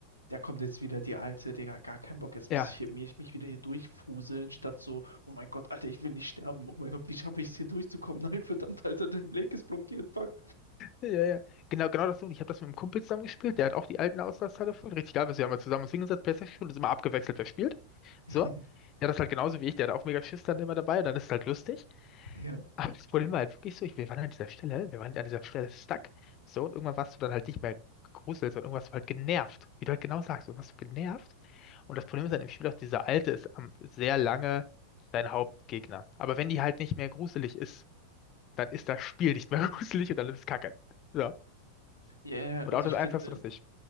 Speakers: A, on the right; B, on the left.
A: Da kommt jetzt wieder die alte, Digga, gar keinen Bock, jetzt
B: Ja.
A: muss ich hier, mich, mich wieder hier durchfuseln, statt so, oh mein Gott, Alter, ich will nicht sterben, oh mein Gott, wie schaffe ich es hier durchzukommen? <laughs> Nein, verdammt, Alter, der Blake ist blockiert, fuck.
B: Ja, ja. ja. Genau, genau das so. Und Ich habe das mit einem Kumpel zusammen gespielt. Der hat auch die alten Auslastteile voll. Richtig geil, wir haben mal zusammen uns hingesetzt, PlayStation gespielt und sind immer abgewechselt, wer spielt.
A: <laughs>
B: So. Der hat das halt genauso wie ich. Der hat auch mega Schiss dann immer dabei. Und dann ist es halt lustig.
A: Ja.
B: Aber das Problem war halt wirklich so, ich, wir waren an dieser Stelle, wir waren an dieser Stelle stuck. So. Und irgendwann warst du dann halt nicht mehr gegruselt, sondern irgendwas war halt genervt. Wie du halt genau sagst, du warst genervt. Und das Problem ist dann im Spiel auch, dieser Alte ist am, sehr lange dein Hauptgegner. Aber wenn die halt nicht mehr gruselig ist, dann ist das Spiel nicht mehr <laughs> gruselig und dann ist es Kacke. So.
A: Ja, yeah,
B: Und
A: und
B: Auto
A: ich
B: das
A: finde,
B: eins hast du das nicht.